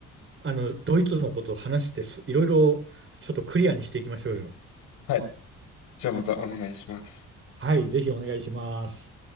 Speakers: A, on the right; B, on the left.
A: あの、ドイツのことを話してす、いろいろちょっとクリアにしていきましょうよ。
B: はい。じゃあまたお願いします。
A: はい、ぜひお願いします。